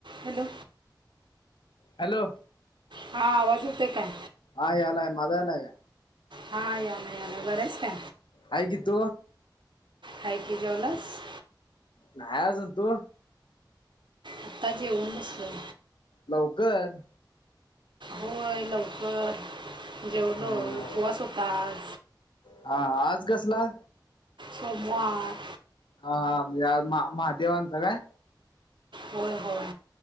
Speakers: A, on the right; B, on the left.
A: Hello
B: hello
A: हा आवाज यत आहे काय?
B: हा आलाय मझा आला आहे का?
A: हा या नाही या नाही बरंच का?
B: हगित
A: हा कि जेवलास.
B: नाहीय आज तु
A: आता जेऊन बसल.
B: लवकर
A: होय लवकर जेवल
B: अं,
A: उपवास होतात.
B: हा आज कसला.
A: समार
B: हा हा या महादेवांचां काय?
A: होय होय.